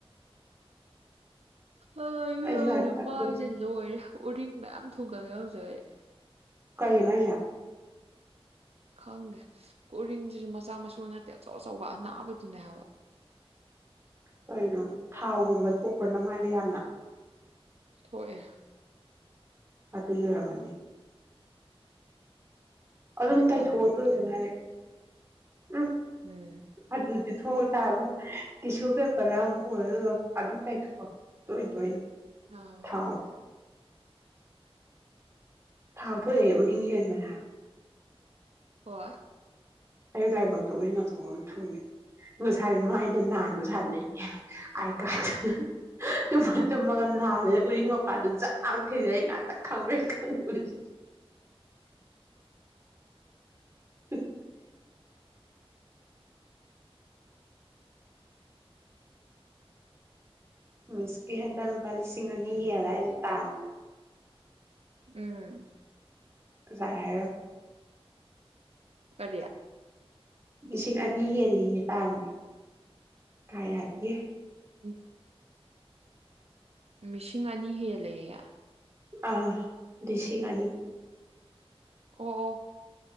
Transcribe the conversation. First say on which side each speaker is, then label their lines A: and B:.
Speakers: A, on the right; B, on the right.
A: ꯍꯣꯏ ꯏꯕꯦꯃꯥ
B: ꯑꯩꯁꯨ ꯍꯟꯗꯛ
A: ꯃꯥꯥꯏꯖꯦ
B: ꯌꯨꯝ
A: ꯂꯣꯏꯔꯦ ꯎꯔꯤꯡ ꯃꯌꯥꯝ ꯊꯨꯡꯒꯠꯂꯦ ꯍꯧꯖꯤꯛ ꯑꯩ
B: ꯀꯩꯒꯤꯅꯣ ꯍꯥꯌꯖꯦ
A: ꯈꯪꯗꯦ ꯀꯣꯔꯤꯡꯖꯤꯖꯨ ꯃꯆꯥ ꯃꯁꯨ ꯅꯠꯇꯦ ꯑꯆꯧ ꯑꯆꯧꯕ ꯑꯅꯥꯕꯗꯨꯅꯦ ꯍꯥꯏꯕ
B: ꯀꯩꯅꯣ ꯊꯥꯎꯒꯨꯝꯕ ꯊꯣꯛꯄꯔ ꯅꯃꯥꯏꯗꯣ ꯌꯥꯝꯅ
A: ꯊꯣꯛꯑ
B: ꯑꯗꯨꯏ ꯑꯣꯏꯔꯝꯃꯅꯤ ꯑꯗꯨꯝ
A: ꯃꯥꯏ
B: ꯇꯩꯊꯣꯛꯑꯣ
A: ꯇꯥꯕꯁꯨ
B: ꯇꯣꯏ
A: ꯇꯟꯂꯦ
B: ꯇꯣꯏꯅ ꯍꯥꯏꯗꯤ ꯎ
A: ꯎꯝ
B: ꯑꯗꯨꯗꯤ ꯊꯣꯛ ꯇꯥꯕꯅꯤ ꯇꯤꯁꯨ ꯄꯦꯄꯔ ꯔ ꯑꯃ ꯄꯨꯔ ꯑ ꯑꯗꯨꯝ ꯇꯥꯏꯊꯣꯛꯑꯣ ꯇꯣꯏ ꯇꯣꯏꯅ
A: ꯑꯥ
B: ꯑꯥꯎ ꯄꯥꯛꯊꯣꯛ ꯑꯣꯏꯌꯦ ꯎ ꯍꯦꯟꯕꯅꯦ ꯍꯥꯏꯕ
A: ꯍꯣꯏ
B: ꯑꯩ ꯂꯥꯏꯕꯛꯇ ꯎꯔꯤꯡ ꯑꯆꯧꯕ ꯑꯃ ꯊꯨꯡꯉꯦ ꯉꯁꯥꯏ ꯃꯥꯏꯗꯣ ꯅꯥꯟꯕ ꯁꯥꯟꯅꯩ ꯅꯤ ꯑꯥꯏ ꯀꯥꯗꯅ ꯇꯨꯝꯃ ꯇꯨꯝꯃꯒ ꯅꯥꯜꯂꯦ ꯎꯔꯤꯡꯗꯣ ꯑꯗꯨꯅꯤ ꯆꯥꯛ ꯊꯤꯔꯤꯉꯩ ꯉꯥꯛꯇ ꯈꯪꯄꯔꯦꯛ ꯈꯪꯕꯖꯤꯗꯤ ꯫ ꯃꯤꯁꯀꯤ ꯍꯟꯗꯛ ꯂꯨꯄꯥ ꯂꯤꯁꯤꯡ ꯑꯅꯤ ꯍꯦꯜꯂ‌ꯦ ꯍꯥꯏꯁꯦ ꯇꯥꯟꯕ꯫
A: ꯎꯝ꯫
B: ꯁꯥꯏꯔꯝ꯫
A: ꯀꯔꯤ꯫
B: ꯂꯤꯁꯤꯡ ꯑꯅꯤ ꯍꯦꯜꯂꯤꯅꯦ ꯇꯥꯟꯕ ꯀꯔꯌꯥ ꯗꯒꯤ꯫
A: ꯎꯝ꯫ ꯃꯤꯁꯤꯡ ꯑꯅꯤ ꯍꯦꯜꯂꯦ ꯌ‌ꯦ꯫
B: ꯑꯥ ꯂꯤꯁꯤꯡ ꯑꯅꯤ꯫
A: ꯑꯣ- ꯑꯣ